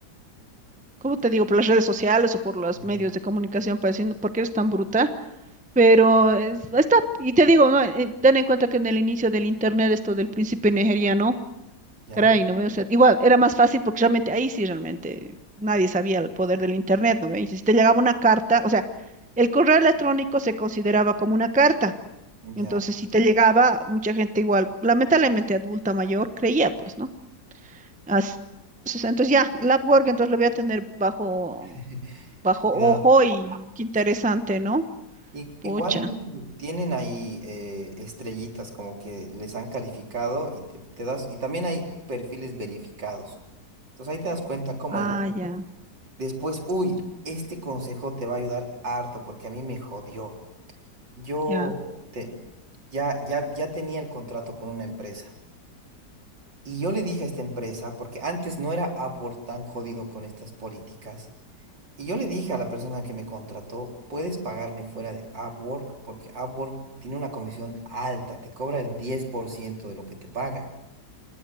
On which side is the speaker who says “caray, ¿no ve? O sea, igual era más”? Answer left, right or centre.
Centre